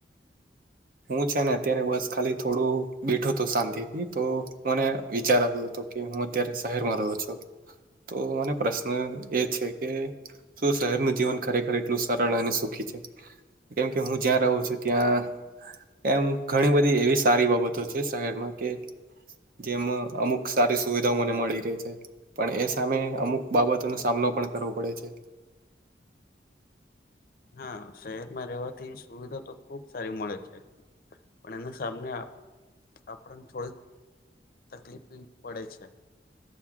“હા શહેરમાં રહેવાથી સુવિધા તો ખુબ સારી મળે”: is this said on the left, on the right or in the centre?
Left